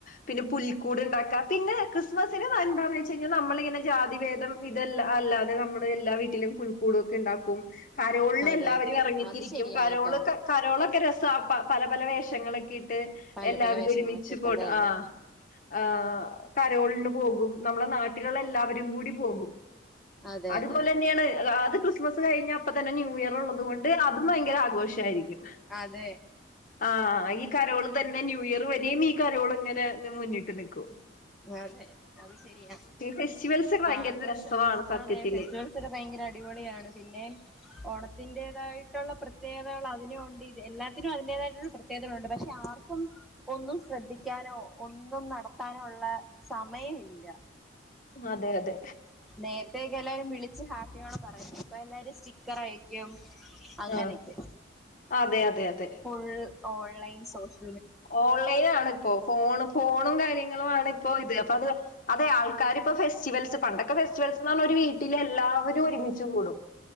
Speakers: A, on the left (about 45°); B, in the centre.
A: പിന്നെ പുൽക്കൂട് ഇണ്ടാക്കാ പിന്നെ ക്രിസ്മസിന് <unintelligible> ച്ച് കഴിഞ്ഞാ നമ്മൾ ഇങ്ങനെ ജാതിഭേദം ഇത് അല്ല അല്ലാതെ നമ്മൾ എല്ലാ വീട്ടിലും പുൽക്കൂടും ഒക്കെ ഇണ്ടാക്കും കരോളിന്
B: അതെ അതെ
A: എല്ലാവരും
B: അതെ അതെ
A: എറങ്ങിത്തിരിക്കും
B: അത് ശരിയാ
A: കരോളൊക്കെ
B: കേട്ടോ
A: കരോളൊക്കെ രസാ പ പല പല വേഷങ്ങളൊക്കെ ഇട്ട്
B: പല
A: എല്ലാവരും
B: പല വേഷങ്ങളൊക്കെ
A: ഒരുമിച്ച്
B: ഇട്ട്
A: പോട്
B: അതെ അതെ
A: ആഹ് ആഹ് കരോളിന് പോകും നമ്മളെ നാട്ടിലുള്ള എല്ലാവരും കൂടി പോകും
B: അതെ
A: അതുപോലെ
B: അതെ അതെ
A: തന്നെയാണ് അത് ക്രിസ്മസ് കഴിഞ്ഞ് അപ്പ തന്നെ ന്യൂ ന്യൂ ഇയർ ഉള്ളത് കൊണ്ട് അതും ഭയങ്കര ആഘോഷായിരിക്കും
B: അതെ
A: ആഹ് ഈ കരോള് തന്നെ ന്യൂ ഇയർ വരെം ഈ കരോൾ ഇങ്ങനെ ഇത് മുന്ന്ക്ക് നിക്കും
B: അതെ അത് ശരിയാ
A: ഫെസ്റ്റിവൽസ് ഭയങ്കര
B: ആഘോഷം
A: രസമാണ് സത്യത്തില്
B: അതെ ഫെസ്റ്റിവെൽ ഒക്കെ ഭയങ്കര അടിപൊളിയാണ് പിന്നെ ഓണത്തിന്റേതായിട്ടുള്ള പ്രത്യേകതകൾ അതിനു ഒണ്ട് ഇത് എല്ലാത്തിനും അതിന്റേതായിട്ടുള്ള പ്ര ത്യേകതകൾ ഉണ്ട് പക്ഷെ ആർക്കും ഒന്നും ശ്രദ്ധിക്കാനോ ഒന്നും നടത്താനോ ഒ ള്ള സമയം ഇല്ല
A: അതെ അതെ
B: നേരത്തെ ഒക്കെ എല്ലാരും വിളിച്ച് ഹാപ്പി ഓണം പറയുന്നു. ഇപ്പ എല്ലാരും സ്റ്റിക്കർ അയക്കും അങ്ങനെ
A: ആ
B: ഒക്കെ
A: അതെ അതെ അതെ
B: ഫുൾ ഓൺ ലൈൻ സോഷ്യ
A: ഓൺലൈൻ ആണ് ഇപ്പോ ഫോണ് ഫോണും കാര്യങ്ങളും ആണ് ഇപ്പോ ഇത് അപ്പ അത് അതെ ആൾ ക്കാര് ഇപ്പൊ ഫെസ്റ്റിവെൽസ് പണ്ട് ഒക്കെ ഫെസ്റ്റിവെൽസ് എന്ന് പർണാ ഒരു വീട്ടിലെ എല്ലാവരും ഒരുമിച്ച് കൂടും